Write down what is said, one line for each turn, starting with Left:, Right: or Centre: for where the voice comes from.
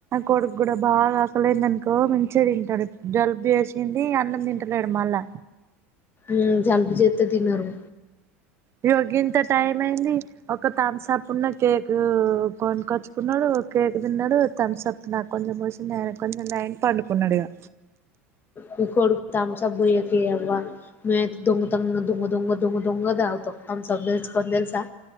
Right: కొడుకు గుడ బాగ ఆకలేంది అనుకో మంచి తింటాడు జలుబు వేసింది అన్నం తింటలేడు మళ్ళా
Left: ల్ జల్బు చేతై తినరు
Right: యో గింత టైం అయింది ఒక తంస అప్పుడున్న కేక్ కొనికొచ్చుకున్నాడు కేక్ తిన్నాడు థమ్స్ అప్ నాకు కొంచెం పోషిండయా కొన్ని రెండుయనపాడుకున్నాడుగా
Left: ని కొడుక్ థంబ్స్అప్ భయకి అవ్వ మ దంగ దంగ దొంగ దొంగ దంగ దంగ తగుతవ్ థంబ్స్అప్ కొన్ తెలుసా